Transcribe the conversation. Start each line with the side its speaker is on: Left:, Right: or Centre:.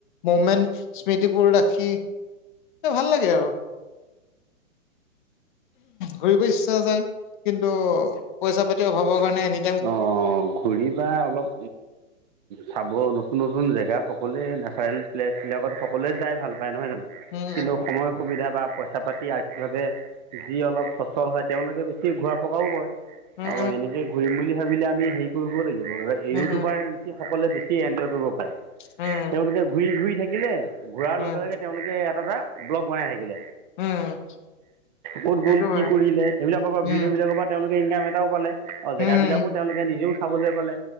Left: মুমেন্ট স্মৃতিবোৰ ৰাখি এ ভাল লাগে আৰু। ঘুৰিব ইচ্ছা যায়, কিন্তু, পইচা পাতিৰ অভাৱৰ কাৰণে এনে
Right: অ', ঘূৰি বা অলপ, চাব নতুন নতুন জেগা সকলোৱে নেচাৰেল। প্লেছবিলাকত সকলোৱোই ভাল পায় নহয় জানো?
Left: উম
Right: কিন্তু সময় সুবিধা বা পইচা পাতি আৰ্থিকভাৱে যি অলপ সচল হয় তেওঁলোকে বেছি ঘূৰা পকাও কৰে,
Left: উম
Right: আৰু এনেকে সেই বুলি ভাবিলে আমি হেৰি কৰিব লাগিব
Left: উম
Right: ইউটিউবাৰ
Left: উম
Right: সকলে বেছি এনজয় কৰিব পাৰে।
Left: উম
Right: তেওঁলোকে ঘূৰি ঘূৰি থাকিলে, ঘূৰাৰ
Left: উম
Right: লগে
Left: উম
Right: লগে তেওঁলোকে এটা এটা, ব্লক বনাই থাকিলে।
Left: উম
Right: ক'ত
Left: সেইটো
Right: গ'ল কি
Left: হয়
Right: কৰিলে এইবিলাকৰ পৰা
Left: উম
Right: ভিডিঅ' বিলাকৰ পৰা তেওঁলোকে ইনকাম এটাও পালে। অ', জেগাবিলাকো
Left: উম
Right: তেওঁলোকে নিজেও চাবলৈ পালে।